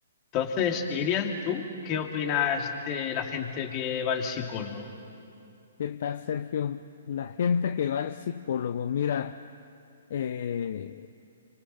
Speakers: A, on the left; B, on the left.
A: Entonces, Irian, ¿tú qué opinas de la gente que va al psicólogo?
B: ¿Qué tal, Sergio? La gente que va al psicólogo, mira, eh,